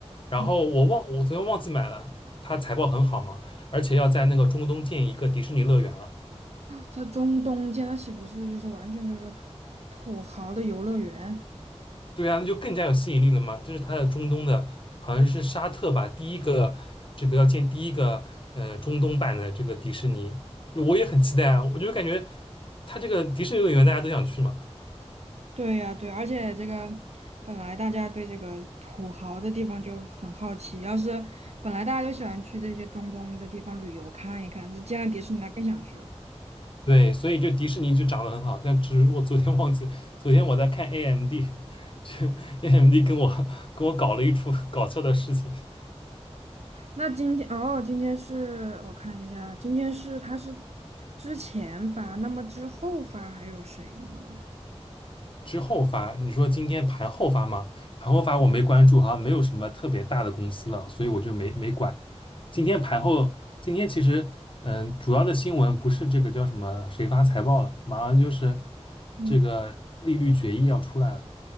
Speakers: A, on the left; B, on the right.
A: 然后我忘，
B: 嗯
A: 我昨天忘记买了。它财报很好嘛，而且要在那个中东建一个迪士尼乐园了。
B: 在中东间，那岂不是就是完全就是土土豪的游乐园？
A: 对啊，那就更加有吸引力了嘛。这是它的中东的，好像是沙特吧，第一个这个要建第一个呃中东版的这个迪士尼，我也很期待啊。我就感觉它这个迪士尼乐园大家都想去嘛。
B: 对呀，对，而且这个本来大家对这个土豪的地方就很好奇，要是本来大家就喜欢去这些中东的地方旅游看一看，这见了迪士尼，那更想去了。
A: 对，所以就迪士尼就涨得很好，但只是我昨天忘记，昨天我在看 AMD，这 AMD 跟我跟我搞了一出搞笑的事情。
B: 那今天哦，今天是我看一下，今天是他是之前发，那么之后发还有谁呢？
A: 之后发，你说今天盘后发吗？盘后发我没关注，好像没有什么特别大的公司了，所以我就没没管。今天盘后，今天其实嗯、呃主要的新闻不是这个叫什么谁发财报了，马上就是
B: 嗯。
A: 这个利率决议要出来了，